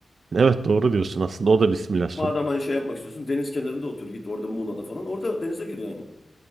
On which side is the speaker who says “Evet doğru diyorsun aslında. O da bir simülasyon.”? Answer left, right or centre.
Right